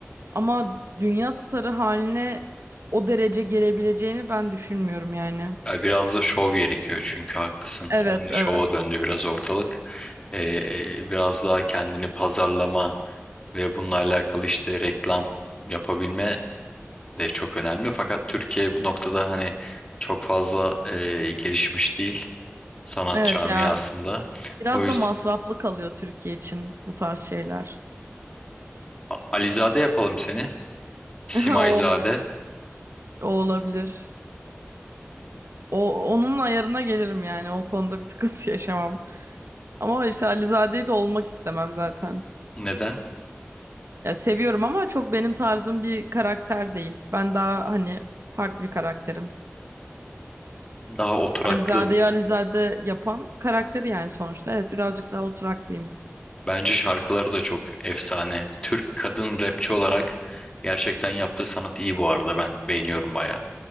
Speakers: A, on the right (about 65°); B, on the left (about 20°).
A: Ama dünya starı haline o derece gelebileceğini ben düşünmüyorum yani.
B: Ya biraz da şov gerekiyor çünkü haklısın.
A: Evet,
B: Only şova
A: evet.
B: döndü biraz ortalık. E, biraz daha kendini pazarlama ve bununla alakalı işte reklam yapabilme de çok önemli. Fakat Türkiye bu noktada hani çok fazla e, gelişmiş değil sanat
A: Evet
B: camiasında.
A: ya Biraz
B: O yüzden
A: da masraflı kalıyor Türkiye için bu tarz şeyler.
B: A- Alizade yapalım seni. Simayzade.
A: <laughs> O olabilir. O olabilir. O, onun ayarına gelirim yani. O konuda bir sıkıntı <laughs> yaşamam. Ama işte Alizade'yi de olmak istemem zaten.
B: Neden?
A: Ya seviyorum ama çok benim tarzım bir karakter değil. Ben daha hani farklı bir karakterim.
B: Daha oturaklı
A: Alizade'yi
B: mı?
A: Alizade yapan karakteri yani sonuçta. Evet birazcık daha oturaklıyım.
B: Bence şarkıları da çok efsane. Türk kadın rapçi olarak gerçekten yaptığı sanat iyi bu arada. Ben beğeniyorum bayağı.